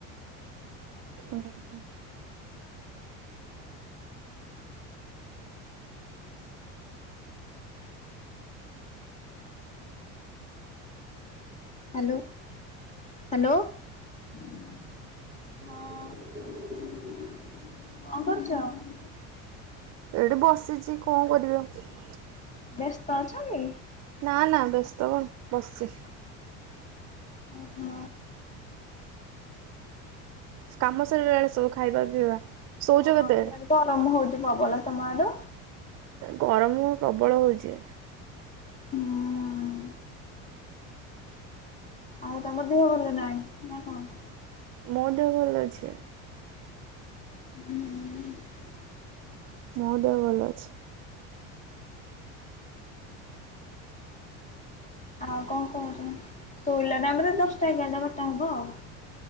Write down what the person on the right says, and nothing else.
ହୁଁ।
ଏଇଠି ବସିଛି କଣ କରିବି ଆଉ।
ନା ନା ବ୍ୟସ୍ତ କଣ ବସିଛି।
କାମ ସରି ଗଲାଣି ସବୁ ଖାଇବା ପିଇବା? ଶୋଉଛ
କେତେବେଳେ
ଗରମ ପ୍ରବଳ ହଉଛି।
ମୋ ଦେହ ଭଲ ଅଛି।
ମୋ ଦେହ ଭଲ ଅଛି।